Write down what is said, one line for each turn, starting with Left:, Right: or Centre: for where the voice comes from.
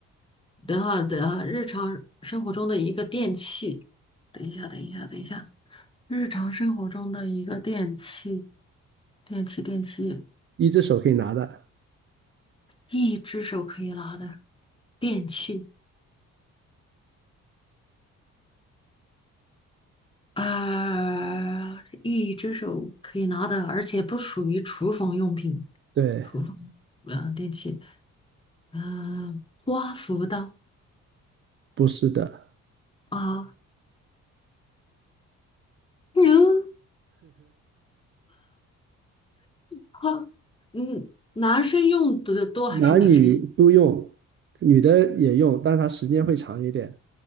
Left: 的话的日常生活中的一个电器。等一下，等一下，等一下，日常生活中的一个电器，电器，电器，
Right: 一只手可以拿的，
Left: 一只手可以拿的电器。啊、一只手可以拿的，而且不属于厨房用品，
Right: 对，
Left: 厨房呃电器，嗯、刮胡刀
Right: 不是的。
Left: 啊，嗯，好，嗯，男生用的多还是女生用？
Right: 男女都用，女的也用，但是它时间会长一点，